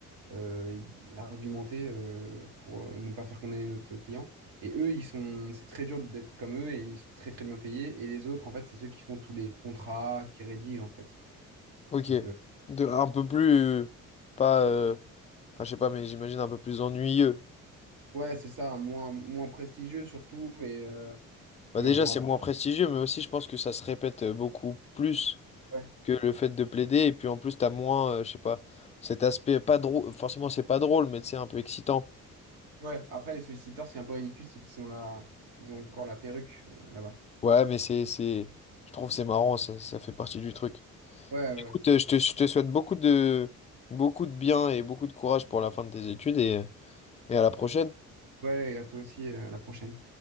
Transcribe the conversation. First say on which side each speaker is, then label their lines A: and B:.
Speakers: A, on the right (about 65°); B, on the left (about 15°).
A: euh, et argumenter euh, pour euh, ne pas faire condamner notre client. Et eux, ils sont, c'est très dur d'être comme eux et ils sont très très bien payés. Et les autres, en fait, c'est ceux qui font tous les contrats, qui rédigent en fait.
B: ok.
A: Donc, euh,
B: De, un peu plus euh, pas euh, enfin je sais pas mais j'imagine un peu plus ennuyeux.
A: ouais, c'est ça, moins, moins prestigieux surtout. Et, euh,
B: Bah
A: et
B: déjà
A: bon,
B: c'est
A: après,
B: moins prestigieux mais aussi je pense que ça se répète euh, beaucoup plus.
A: ouais.
B: que le fait de plaider. Et puis en plus, t'as moins, euh, je sais pas, cet aspect pas drôle. Forcément, c'est pas drôle, mais c'est un peu excitant.
A: Ouais, après, les solliciteurs, ce qui est un peu ridicule, c'est qu'ils ont la, ils ont encore la perruque euh, là-bas.
B: Ouais, mais c'est, c'est, je trouve que c'est marrant, ça, ça fait partie du truc.
A: Ouais, ouais,
B: Écoute,
A: c'est-
B: euh, je te, je te souhaite beaucoup de, beaucoup de bien et beaucoup de courage pour la fin de tes études et, et à la prochaine.
A: ouais, et à toi aussi, euh, à la prochaine.